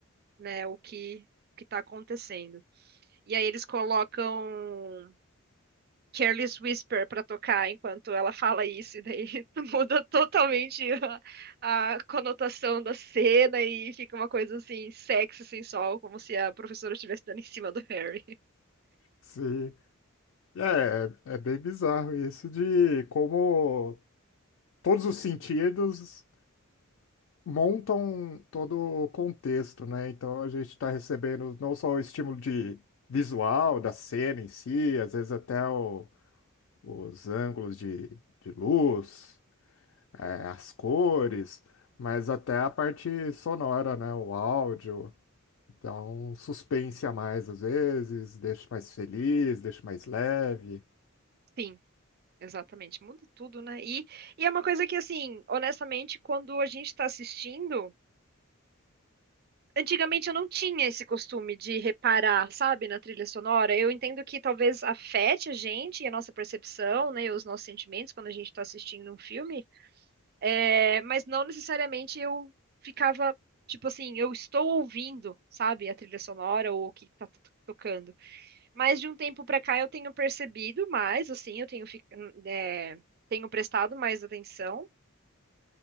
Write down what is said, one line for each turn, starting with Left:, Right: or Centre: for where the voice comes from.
Right: né, o que que tá acontecendo. E aí eles colocam Careless Whisper pra tocar enquanto ela fala isso, e daí <laughs> muda totalmente a, a conotação da cena e fica uma coisa assim, sexy, sensual, como se a professora estivesse dando em cima do Harry,
Left: sim.
Right: <laughs> né?
Left: É, é bem bizarro isso de como todos os sentidos montam todo o contexto, né? Então a gente está recebendo não só o estímulo de visual da cena em si, às vezes até o- os ângulos de, de luz, eh, as cores, mas até a parte sonora, né? O áudio dá um suspense a mais às vezes, deixa mais feliz, deixa mais leve.
Right: Sim, exatamente, muda tudo, né? E, e é uma coisa que, assim, honestamente, quando a gente tá assistindo Antigamente eu não tinha esse costume de reparar, sabe, na trilha sonora. Eu entendo que talvez afete a gente e a nossa percepção, né, e os nossos sentimentos quando a gente está assistindo um filme, é, mas não necessariamente eu ficava, tipo assim, eu estou ouvindo, sabe, a trilha sonora ou o que está tocando. Mas de um tempo para cá eu tenho percebido mais, assim, eu tenho, fi- é, tenho prestado mais atenção